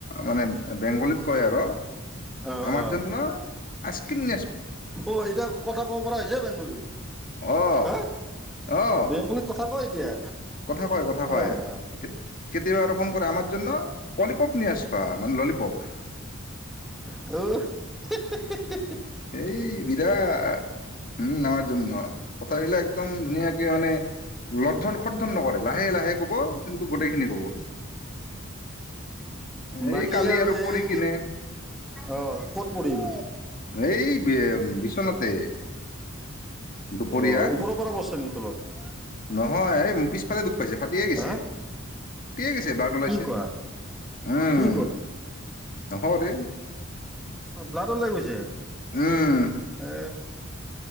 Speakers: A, on the left; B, in the centre.
A: মানে বেংগলীত কয় আৰু
B: অ',
A: আমাৰ
B: অ',
A: জন্য আইচক্ৰীম <unintelligible>
B: অ এ কথা কবা পৰা হৈছে বেংগলীত
A: অ
B: হা
A: অ
B: বেংগলীত কথা ক এতিয়া
A: কথা কয় কথা
B: বাহ।
A: কয় কেতিয়াবা আৰু ফোন কৰে আমাৰ জন্য পলিপপ নি আছ া মানে ললিপপ
B: অ হি হি <unintelligible>
A: এই বিৰা উম আমাৰ জন্য কথাবিলাক একদম ধুনীয়াকে মানে <unintelligible> নকৰে লাহে লাহে ক'ব গোটেইখিনি কব এই
B: বাকী
A: কালি
B: আৰু
A: পৰি
B: এই
A: কিনে
B: অ ক'ত পৰিল।
A: এই বিচনাতে। দুপৰীয়া
B: অ ওপৰৰ পৰা পৰছে নেকি তলত।
A: নহয় এই পিছফালে দোষ। পাইছে ফাটিয়ে গেছে।
B: হা
A: গেছে বাল্ড ওলাইছে
B: কি কোৱা
A: উম।
B: কি
A: হয়।
B: বল্ডলৈ গৈছে।
A: উম
B: এ।